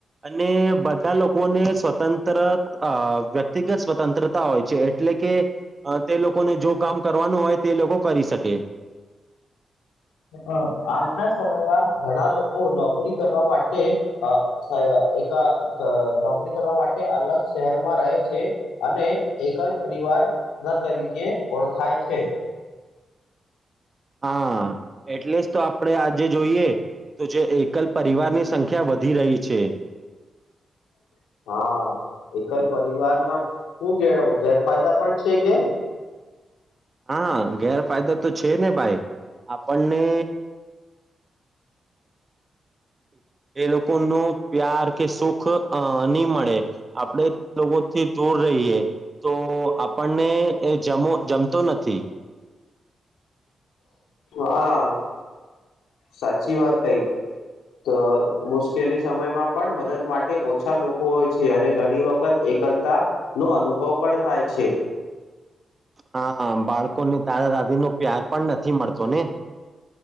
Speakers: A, on the right; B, on the left.
A: અને બધા લોકોને સ્વતંત્ર અ વ્યક્તિગત સ્વતંત્રતા હોય છે એટલે કે અ તે લોકોને જો કામ કરવાનું હોય તે લોકો કરી શકે
B: અ આજના સમયમાં ઘણા લોકો નોકરી કરવા માટે અ સ એક ક નોકરી કરવા માટે અલગ શહેરમાં રહે છે અને એકલ પરી વાર ન તરીકે ઓળખાય છે
A: હા એટલે જ તો આપડે આજે જોઈએ તો જે એકલ પરિવારની સંખ્યા વધી રહી છે
B: અચ હા એકલ પરિવારના શું ગેર ગેરફાયદા પણ છે કે? હ
A: હા ગેરફાયદા તો છે ને ભાઈ આપણને એ લોકો નો પ્યાર કે સુખ અ નહી મળે આપડે લોકો થી દૂર રહીએ તો આપણને એ જ જમતો નથી
B: હા સાચી વાત કઈ તો મુશ્કેલી સમયમાં પણ મદદ માટે ઓછા લોકો હોય છે અને ઘણી વખત એકલતા નો અનુભવ પણ થાય છે
A: હા બાળકો ને દાદા દાદી નો પ્યાર પણ નથી મળતો ને